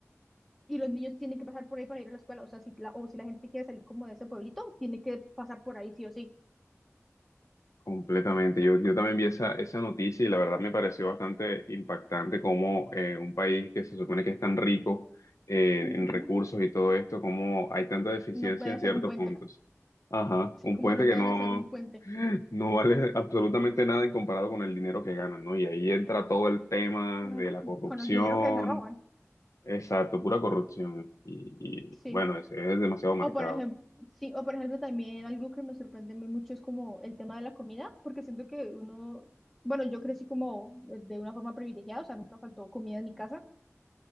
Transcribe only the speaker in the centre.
y los niños tienen que pasar por ahí para ir a la escuela, o sea, si la, o si la gente quiere salir como de ese pueblito, tiene que pasar por ahí sí o sí.
Ujú.
No puede
ser un puente.
Sí,
como
no
pueden
hacer un puente.
No,
Con el dinero que se roban.
Sí.
O por ejemplo, sí, o por ejemplo también algo que me sorprende muy mucho es como el tema de la comida, porque siento que uno, bueno, yo crecí como de una forma privilegiada, o sea, nunca faltó comida en mi casa.